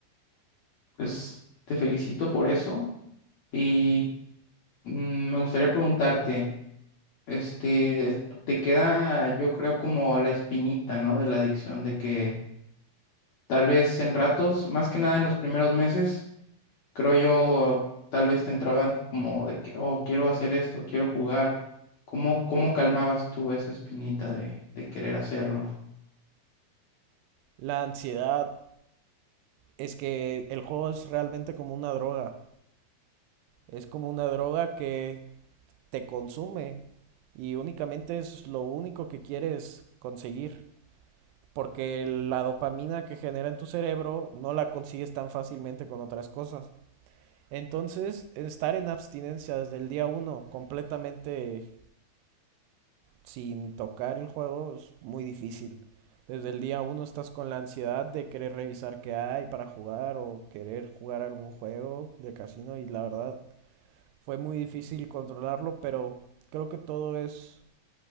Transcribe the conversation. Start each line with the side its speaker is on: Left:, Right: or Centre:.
Left: Pues te felicito por eso y mm, me gustaría preguntarte, este, te queda yo creo como la espinita, ¿no? De la adicción, de que tal vez en ratos, más que nada en los primeros meses, creo yo, tal vez te entraban como de que, oh, quiero hacer esto, quiero jugar. ¿Cómo, cómo calmabas tú esa espinita de, de querer hacerlo?
Right: La ansiedad es que el juego es realmente como una droga. Es como una droga que te consume y únicamente es lo único que quieres conseguir. Porque la dopamina que genera en tu cerebro no la consigues tan fácilmente con otras cosas. Entonces, estar en abstinencia desde el día uno, completamente sin tocar el juego es muy difícil. Desde el día uno estás con la ansiedad de querer revisar qué hay para jugar o querer jugar algún juego de casino y la verdad fue muy difícil controlarlo, pero creo que todo es